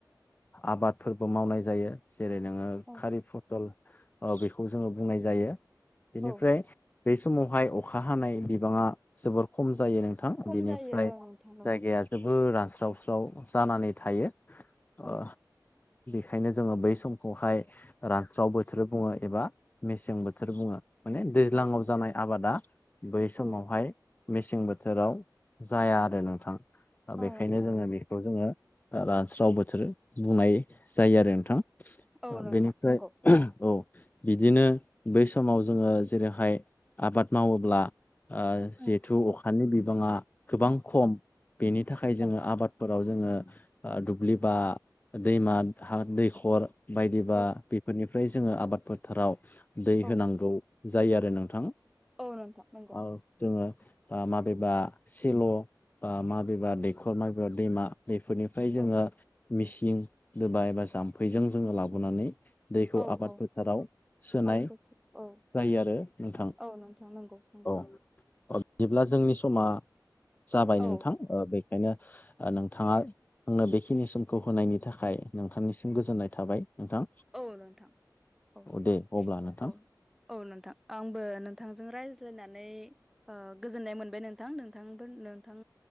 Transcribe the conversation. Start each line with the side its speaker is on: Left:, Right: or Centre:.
Left: आबादफोरबो मावनाय जायो जेरै नोङो
Centre: औ
Left: खारि फथल ओ बेखौ जोङो बुंनाय जायो बेनिफ्राय
Centre: औ
Left: बे समावहाय अखा हानाय बिबाङा जोबोर खम जायो नोंथां
Centre: खम
Left: बेनिफ्राय
Centre: जायो औ नोंथां नंगौ
Left: जायगाया जोबोर रानस्रावस्राव जानानै थायो अ
Centre: औ
Left: ओंखायनो जोङो बै समखौहाय रानस्राव बोथोर बुङो एबा मेसें बोथोर बुङो माने दैज्लाङाव
Centre: औ
Left: जानाय आबादा बै
Centre: औ
Left: समावहाय मेसें बोथोराव जाया आरो नोंथां दा
Centre: औ
Left: बेखायनो
Centre: नोंथां
Left: जोङो
Centre: नंगौ
Left: बे खौ जोङो ओ रानस्राव बोथोर बुंनाय जायो आरो नोंथां
Centre: औ नोंथां
Left: बेनिफ्राय
Centre: नंगौ
Left: औ बिदिनो बै समाव जोङो जेरैहाय आबाद मावोब्ला ओ
Centre: उम
Left: जिहेथु अखानि बिबाङा गोबां खम बेनि थाखाय जोङो
Centre: औ
Left: आबाद फोराव जोङो ओ दुब्लि बा दैमा हा दैखर बायदिबा
Centre: औ
Left: बेफोरनिफ्राय जोङो आबाद फोथाराव दै
Centre: औ
Left: होनांगौ जायो आरो नोंथां
Centre: औ नोंथां नंगौ
Left: औ जोङो ओ माबेबा सेल' बा माबेबा दैखर माबेबा दैमा बेफोरनिफ्राय जोङो
Centre: औ
Left: मिसिं दोबा एबा जाम्फैजों जोङो लाबोनानै दैखौ
Centre: औ
Left: आबाद
Centre: औ
Left: फोथाराव सोनाय
Centre: आबुखौ औ
Left: जायो आरो नोंथां
Centre: औ नोंथां नंगौ नंगौ
Left: औ बिदिब्ला जोंनि समा जाबाय
Centre: औ
Left: नोंथां ओ बेखायनो ओ नोंथाङा आंनो बेखिनि समखौ होनायनि थाखाय नोंथांनिसिम गोजोननाय थाबाय नोंथां
Centre: औ नोंथां औ
Left: दे अब्ला नोंथां
Centre: औ औ नोंथां आंबो नोंथांजों रायज्लायनानै ओ गोजोननाय मोनबाय नोंथां नोंथांफोर नोंथां